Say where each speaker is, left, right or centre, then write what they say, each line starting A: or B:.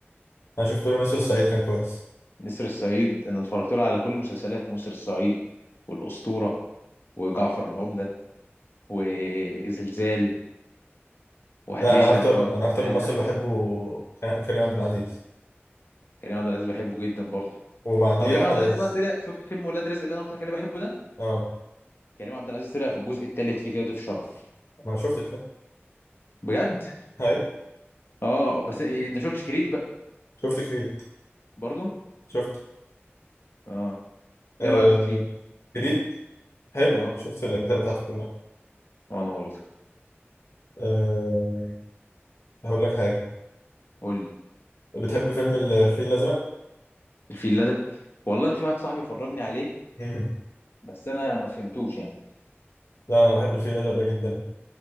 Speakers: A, on the left; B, on the left.
A: انا شفت له نسر الصعيد كان كويس
B: نسر الصعيد انا اتفرجت له على كل مسلسلات نسر الصعيد والاسطوره وجعفر العمده وزلزال وحبيشه
A: لا انا اكتر
B: اللي هو ابن
A: انا
B: حلال
A: اكتر ممثل
B: ده
A: بحبه ك- كريم عبد العزيز
B: كريم عبد العزيز بحبه جدا برضه
A: وبعديه
B: هو كريم
A: احمد
B: عبد العزيز
A: عز
B: بقى طلع شفت فيلم ولاد رزق اللي انا قلت لك عليه بحبه ده
A: اه
B: كريم عبد العزيز طلع في الجزء الثالث فيه كده ضيف شرف
A: ما انا شفت الفيلم
B: بجد
A: هاي
B: اه بس إيه، انت شفتش كريد بقى
A: شفت كريد
B: برضه
A: شفت
B: اه
A: آه...
B: ايه رايك في كريد
A: كريد حلو
B: اه
A: شفت الاجزاء بتاعته كلها
B: وانا برضه
A: آه... هقول لك حاجه
B: قول لي
A: بتحب فيلم الفيل الأزرق؟
B: الفيلا ده والله انا في واحد صاحبي فرجني عليه
A: مم.
B: بس انا ما فهمتوش يعني
A: لا أنا بحب الفيل الأزرق ده جدا